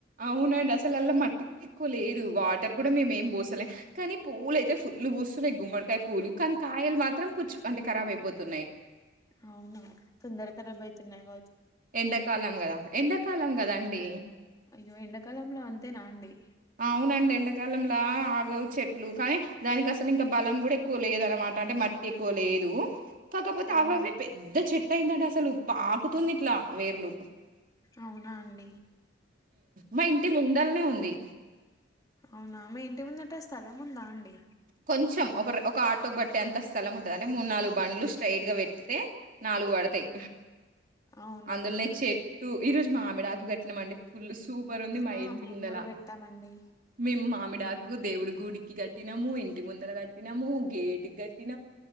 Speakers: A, on the right; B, on the left.
A: అవునండి అసలు అళ్లా మట్టి కూడా ఎక్కువ లేదు వాటర్ కూడా మేమ ఏం పోసలేం కానీ పూలు అయితే ఫుల్లు పూస్తున్నాయి గుమ్మడికాయ పూలు కానీ కాయలు మాత్రం పుచ్చు అంటే ఖరాబ్ అయిపోతున్నాయి
B: అవునా తొందర కరబ్ అయితు నాగ
A: ఎండాకాలం కదా ఎండాకాలం కదా అండి
B: అయ్యో ఎండాకాలంలో అంతేనా అండి
A: అవునండి ఎండాకాలంలా ఆగవు చెట్లు కానీ దానికి అసలు ఇంకా బలం కూడా కూలియద అనమాటంటే మట్ ఎక్కువ లేదు కాకపోతే
B: అవునా
A: అవి అవి పెద్ద చెట్ యిందంటే అసలు పాకుతుంది ఇట్లా వేర్లు
B: అవునా అండి
A: మా ఇంటి ముందలనే ఉంది
B: అవునా మ ఇంటి ముందట్టే ఆ స్థలం ఉందా అండి
A: కొంచెం ఒకరు ఒక ఆటో బట్టి ఎంత స్థలం ఉంటుందింటే మూడు నాలుగు బండ్లు స్ట్రైట్ గా పెట్టితే నాలుగు పడతాయి
B: అవునా
A: ఆందోళన చె టూ ఈ రోజు మా ఆమెడ ఆకు కట్టినామండి ఫుల్ సూపర్ ఉంది మా
B: ఆ
A: ఇంటి
B: మేము
A: ముందల.
B: కూడా పెట్టామండి
A: మీమ్మ మామిడాకు దేవుడి గుడికి కట్టి. దినము ఇంటి ముందర కట్టినము గేటుఘట్